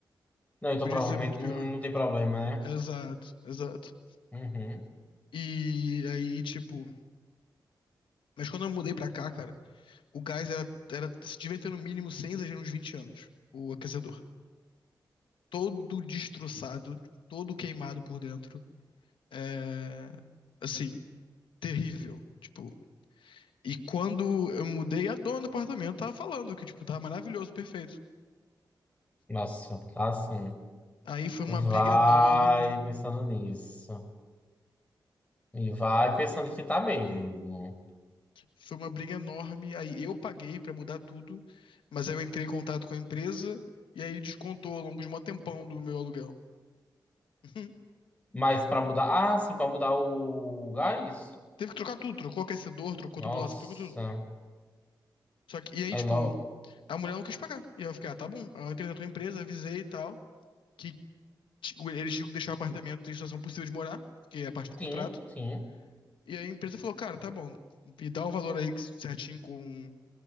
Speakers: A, on the left; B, on the left.
A: Não, então
B: podia
A: provavelmente
B: ser muito pior.
A: não, não tem problema, né?
B: Exato, exato.
A: Uhum.
B: E aí, tipo. Mas quando eu mudei pra cá, cara, o gás era, era, se devia ter no mínimo, sem exagero, uns 20 anos, o aquecedor. Todo destroçado, todo queimado por dentro. É. Assim, terrível. Tipo, E quando eu mudei, a dona do apartamento tava falando que, tipo, tava maravilhoso, perfeito.
A: Nossa, tá assim.
B: Aí foi
A: Vai
B: uma briga enorme,
A: pensando nisso. E vai pensando que tá mesmo.
B: foi uma briga enorme. Aí eu paguei pra mudar tudo, mas aí eu entrei em contato com a empresa e aí descontou ao longo de um mó tempão do meu aluguel. Uhum.
A: Mas pra mudar. Ah, sim, pra mudar o gás?
B: Teve que trocar tudo, trocou aquecedor, trocou
A: Nossa.
B: tubulação, trocou tudo. Só que, e aí,
A: Aí
B: tipo,
A: logo.
B: a mulher não quis pagar. E eu fiquei, ah, tá bom. Aí eu entrei na tua empresa, avisei e tal, que ti- eles tinham que deixar o apartamento em situação possível de morar, porque é parte do contrato.
A: Sim, sim.
B: E aí a empresa falou, cara, tá bom, me dá o valor aí certinho com